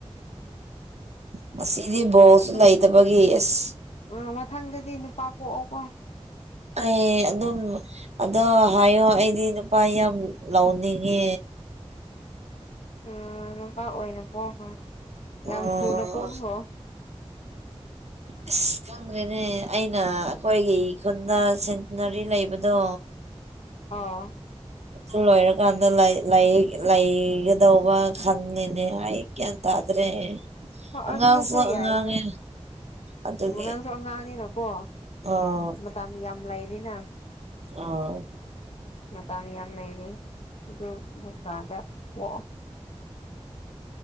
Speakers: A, on the right; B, on the left.
A: ꯉꯁꯤꯗꯤ ꯕꯣꯜꯁꯨ
B: ꯅꯨ
A: ꯂꯩꯇꯕꯒꯤ ꯑꯁ
B: ꯑ ꯃꯊꯪꯗꯗꯤ ꯅꯨꯄꯥ ꯄꯣꯛꯑꯣꯀꯣ
A: ꯑꯩ ꯑꯗꯨꯝ ꯑꯗꯣ ꯍꯥꯏꯌꯣ ꯑꯩꯗꯤ ꯅꯨꯄꯥ ꯌꯥꯝ ꯂꯧꯅꯤꯡꯉꯦ
B: ꯑꯥ ꯅꯨꯄꯥ ꯑꯣꯏꯅ ꯄꯣꯛꯑꯣꯕꯥ ꯌꯥꯝ
A: ꯑꯣ
B: ꯊꯨꯅ ꯄꯣꯛꯈ꯭ꯔꯣ
A: ꯑꯁ ꯈꯪꯗ꯭ꯔꯦꯅꯦ ꯑꯩꯅ ꯑꯈꯣꯏꯒꯤ ꯈꯨꯟꯗ ꯁꯦꯟꯇꯤꯅꯔꯤ ꯂꯩꯕꯗꯣ
B: ꯑꯥ
A: ꯑꯗꯨ ꯂꯣꯏꯔꯀꯥꯟꯗ ꯂꯩ ꯂꯩ ꯂꯩꯒꯗꯧꯕ ꯈꯟꯂꯤꯅꯦ ꯑꯩ ꯒ꯭ꯌꯥꯟ ꯇꯥꯗ꯭ꯔꯦ
B: ꯍꯥ
A: ꯑꯉꯥꯡꯁꯨ
B: ꯑꯗꯨꯗꯁꯨ
A: ꯑꯉꯥꯡꯅꯦ
B: ꯌꯥꯏꯗ
A: ꯑꯗꯨꯒꯤ
B: ꯅꯪꯁꯨ ꯑꯉꯥꯡꯅꯤꯅꯀꯣ
A: ꯑꯥ
B: ꯃꯇꯝ ꯌꯥꯝ ꯂꯩꯔꯤꯅꯥ
A: ꯑꯥ
B: ꯃꯇꯝ ꯌꯥꯝ ꯂꯩꯔꯤ ꯑꯗꯨ ꯑꯗꯨꯡꯀꯥꯟꯗ ꯄꯣꯛꯑꯣ